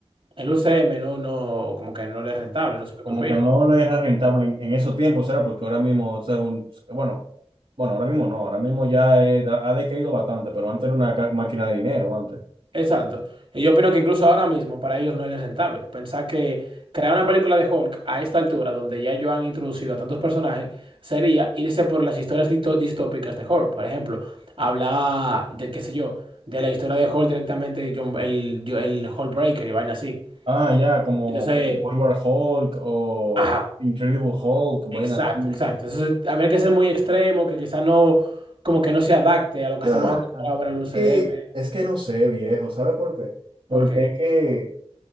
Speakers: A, on the right; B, on the right.
A: el UCM no, no, como que no le es rentable. No sé qué
B: como
A: tú opinas.
B: que no lo era rentable en, en esos tiempos, ¿será? Porque ahora mismo, o sea, un- bueno, bueno, ahora mismo no, ahora mismo ya eh, ha decaído bastante, pero antes era una ca- máquina de dinero, antes.
A: Exacto. Y yo opino que incluso ahora mismo para ellos no es rentable. Pensar que crear una película de Hulk a esta altura, donde ya ellos han introducido a tantos personajes, sería irse por las historias dito- distópicas de Hulk. Por ejemplo, hablar de, qué sé yo, de la historia de Hulk directamente, de John- el, yo- el Hulkbreaker y vaina así.
B: Ah, ya, como
A: Entonces,
B: World War Hulk o
A: ajá,
B: Incredible Hulk, vainas
A: exacto,
B: así.
A: exacto. Entonces, habría que ser muy extremo, que quizá no, como que no se adapte a lo
B: Ah,
A: que estamos acostumbrados a ver en el UCM.
B: que es que no sé, viejo, ¿sabe por qué? Porque
A: ¿Por qué?
B: es que